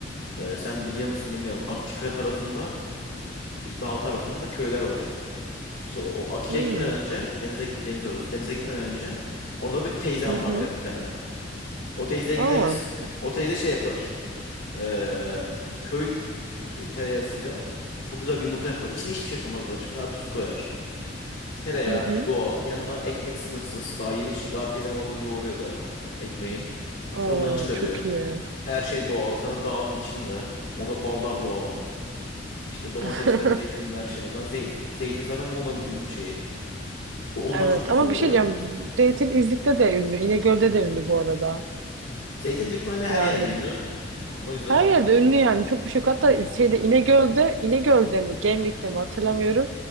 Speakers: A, on the left; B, on the right.
A: e, sen biliyor musun bilmiyorum. Akkika tarafında, dağ tarafında köyler var. İşte o, o Akik'e
B: Hmm.
A: gitmeden önce denize deniz orası. Denize gitmeden önce orada bir teyzem
B: Hı hı.
A: var benim bir tane. O teyzeye gideriz.
B: Aa.
A: O teyze şey yapar. Ee, köy tereyağısıyla çok güzel bir yumurta yapar. İçine hiçbir şey koymaz başka. Tuz koyar. Tereyağı
B: Hı hı.
A: doğal. Yanına ekmek sınırsız. Daha yeni çık- daha teyzem orada yoğuruyor da ekmeği.
B: Oo,
A: Fırından çıkarıyor.
B: çok iyi.
A: Her şey doğal. Sana dağın içinde. Orada ballar doğal. İşte domatesler,
B: <laughs>
A: zeytinler şeyler. Zaten zey- zeytin zaten Muğla'nın ünlü şeyi. Bu ondan
B: Evet
A: çok güzel
B: ama
A: oluyor.
B: bir şey diyeceğim. zeytin Zeytinizlik'te de ünlü. İnegöl'de de ünlü bu arada.
A: Zeytin büyük ihtimalle her
B: Yani
A: yerde ünlü. O yüzden
B: her yerde ünlü yani. Çok bir şey yok. Hatta şeyde İnegöl'de, İnegöl'de mi Gemlik'te mi hatırlamıyorum.